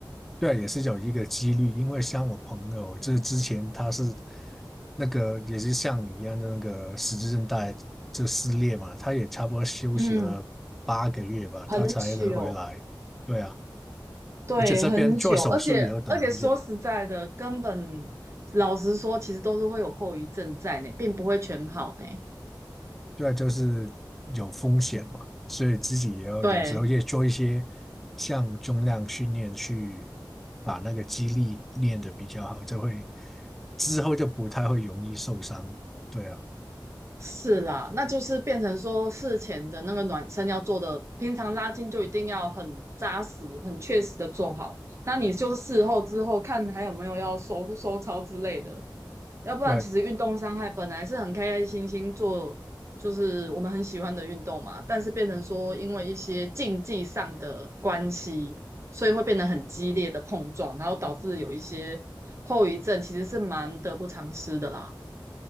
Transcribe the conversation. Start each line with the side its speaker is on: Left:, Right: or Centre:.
Centre: 对，也是有一个几率，因为像我朋友，就是之前他是那个也是像你一样的那个十字韧带就撕裂嘛，他也差不多休息了八个月吧，
Right: 嗯，
Centre: 他才能回来。
Right: 很久。
Centre: 对啊，
Right: 对，
Centre: 而且这边做手术也要等很久，
Right: 很久，而且而且说实在的，根本老实说，其实都是会有后遗症在呢，并不会全好呢。
Centre: 对啊就是有风险嘛，所以自己也要有时候也做一些
Right: 对，
Centre: 像重量训练去把那个肌力练得比较好，就会之后就不太会容易受伤。对啊。
Right: 是啦，那就是变成说事前的那个暖身要做的，平常拉筋就一定要很扎实、很确实的做好。那你就是事后之后看还有没有要收收操之类的。要不然其实运动伤害本来是很开开心心做，
Centre: 对，
Right: 就是我们很喜欢的运动嘛，但是变成说因为一些竞技上的关系，所以会变得很激烈的碰撞，然后导致有一些后遗症，其实是蛮得不偿失的啦。